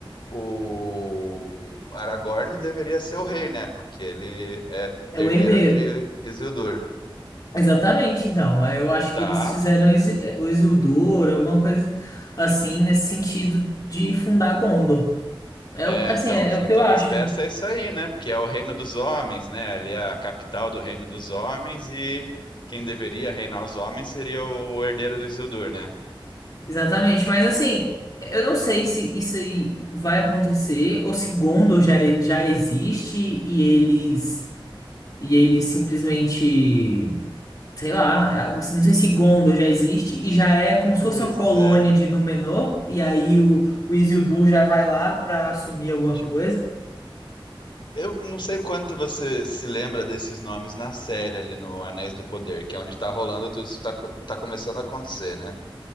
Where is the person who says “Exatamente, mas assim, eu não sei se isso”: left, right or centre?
Left